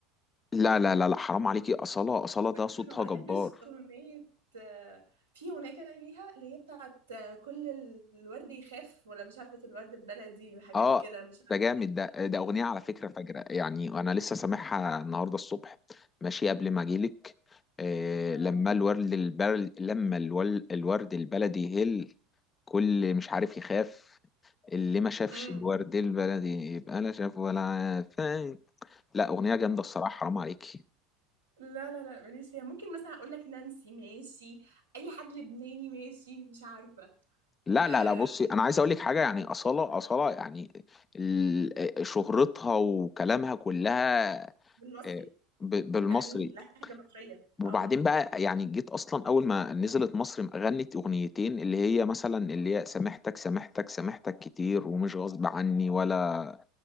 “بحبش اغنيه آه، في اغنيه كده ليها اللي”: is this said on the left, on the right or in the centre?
Right